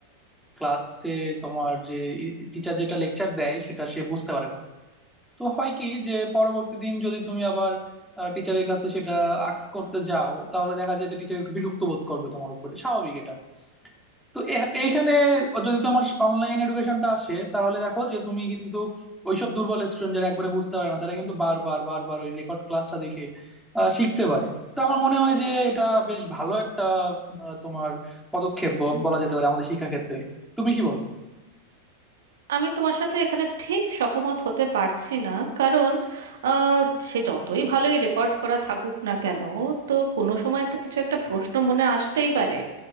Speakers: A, in the centre; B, on the right.
A: ক্লাসে তোমার যে টিচার যেটা লেকচার দেয় সেটা সে বুঝতে পারে না তো হয় কি যে পরবর্তী দিন যদি তুমি আবার টিচারের কাছে সেটা আক্স করতে যাও তাহলে দেখা যায় যে টিচার একটু বিরক্ত বোধ করবে তোমার উপরে স্বাভাবিক এটা তো এ- এইখানে যদি তোমার অনলাইন এডুকেশনটা আসে তাহলে দেখো যে তুমি কিন্তু ওইসব দুর্বল স্টুডেন্ট যারা একবারে বুঝতে পারে না তারা কিন্তু বারবার বারবার ওই রেকর্ড ক্লাসটা দেখে আহ, শিখতে পারে তো আমার মনে হয় যে এটা বেশ ভালো একটা আহ, তোমার পদক্ষেপ ব- বলা যেতে পারে আমাদের শিক্ষা ক্ষেত্রে তুমি কি বলো
B: আমি তোমার সাথে এখানে ঠিক সহমত হতে পারছি না কারণ আহ, সে যতই ভালোই রেকর্ড করা থাকুক না কেন তো কোনো সময় তো কিছু একটা প্রশ্ন মনে আসতেই পারে